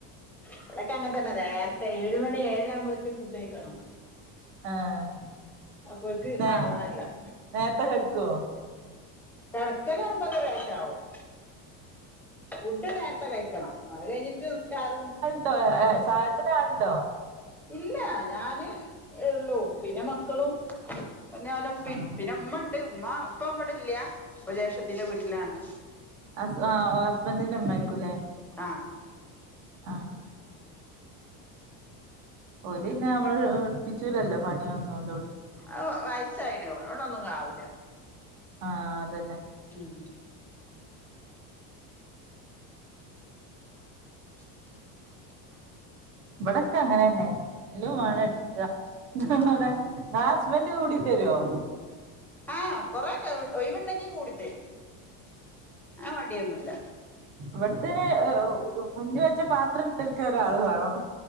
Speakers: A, in the centre; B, on the right.
A: ഇവിടക്ക അങ്ങെത്തന്നെ നേരത്തെ ഏഴുമണി ഏഴാകുമ്പോത്തേക്ക് ഫുഡഴിയ്ക്കണം
B: ആഹ്
A: അപ്പോക്ക്
B: നേ
A: ആവണല്ലാം
B: നേരത്തെ കെടക്കോ
A: തെർക്കൽ ഒമ്പത് അരക്കെ ആവും ഫുഡ് നേര ത്തെ കഴിക്കണം അത് കഴിഞ്ഞിട്ട് ഉസ്താറും
B: ആഹ് സായത്തിന് ആളുണ്ടോ
A: ഇല്ല ഞാന് ഉള്ളും പിന്നെ മക്കളും പിന്നെ ഓലെ പിന്നെ
B: ആഹ്
A: ഉമ്മ ഉണ്ട് ഉമ്മ ഇപ്പൊ അവിടെ ഇല്ല ഇപ്പൊ ജേഷടത്തിന്റെ വീട്ടിലാണ്
B: അ ആഹ് ഹസ്ബന്ഡന്റെ ഉമ്മ ആക്കൂലേ
A: ആഹ്
B: ആഹ് ഓലിന്നെ നമ്മള് ഇട്പ്പിച്ചലല്ലോ പണിയാളൊന്നും ലോട്
A: ആ വയസ്സായീണ് ഓലോണ്ടൊന്നും ആവൂല
B: ആഹ് അതന്നെ
A: ഉം <inaudible>
B: ഇവിടൊക്കെ അങ്ങനെ ന്നെ എല്ലാം വേണ
A: ആഹ്
B: എടുക്ക
A: ആഹ്
B: ടെ വേ ഹസ്ബൻഡ് കൂടി തരുവോ
A: ആഹ് കൊറേ ഒക്കെ ഒഴിവുണ്ടെങ്കി കൂടിത്തരും ആ മടിയൊന്നുല്ല
B: ഇവിട്ത്തെന് മുന്ന് വെച്ച പാത്രം എടുത്തെടുക്കാ ഒരാള് വേണം